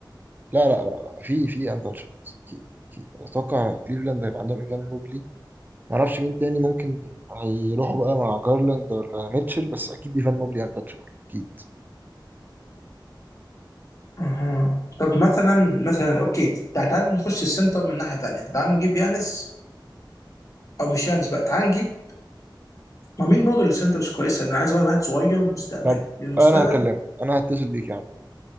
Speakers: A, on the right; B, on the left.
A: لا لا لا لا في في انتشابلز اكيد اكيد اتوقع كليفلاند هيبقى عندهم ايفان موبلي ما اعرفش مين تاني ممكن هيروحوا بقى مع جارلاند ولا ميتشل بس اكيد ايفان موبلي انتشابل اكيد
B: اها طب مثلا مثلا اوكي تع- تعال نخش السنتر من ناحيه ثانيه تعال نجيب يانس او مش يانس بقى تعال نجيب ما مين برضه اللي سنترز كويسه انا عايز واحد صغير مستقبل
A: طب
B: للمستقبل
A: انا هكلمك انا هتصل بيك يا عم